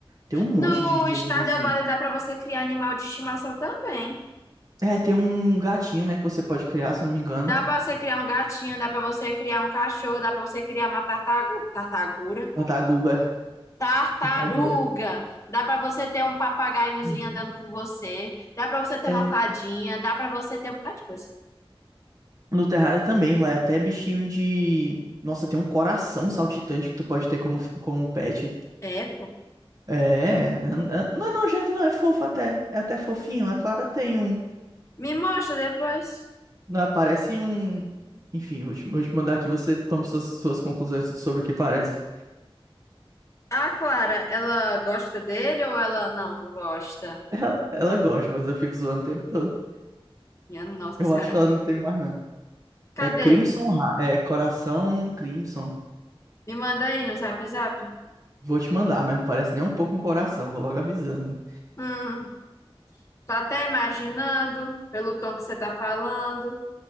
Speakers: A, on the right; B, on the left.
A: tem um monte
B: No
A: de, de
B: Stardew
A: animalzinho.
B: Valley dá pra você criar animal de estimação também.
A: É, tem um gatinho, né, que você pode criar, se eu não me engano.
B: Dá pra você criar um gatinho, dá pra você criar um cachorro, dá pra você criar uma tartagu... tartagura.
A: Tartaguga,
B: Tartaruga.
A: tartagura.
B: Dá pra você ter um papagaiozinho
A: Uhum.
B: andando com você. Dá pra você ter
A: É,
B: uma fadinha. Dá pra você ter um bocado de coisa.
A: no Terraria também vai até bichinho de... Nossa, tem um coração saltitante que tu pode ter como, como pet.
B: É,
A: É, é, não é nojento, não, é fofo até. É até fofinho. A Clara tem um.
B: Me mostra depois.
A: não, Parece um. Enfim, vou te, vou te mandar aqui, você toma suas, suas conclusões sobre o que parece.
B: A Clara, ela gosta dele ou ela não gosta?
A: Ela, ela gosta, mas eu fico zoando o tempo todo.
B: Minha Nossa
A: Eu
B: Senhora.
A: acho que ela não tem mais, não.
B: Cadê?
A: É Crimson, Ra- é Coração Crimson.
B: Me manda aí no Zap Zap.
A: Vou te mandar, mas não parece nem um pouco um coração, vou logo avisando. viu?
B: Hum, tô até imaginando pelo tom que você tá falando.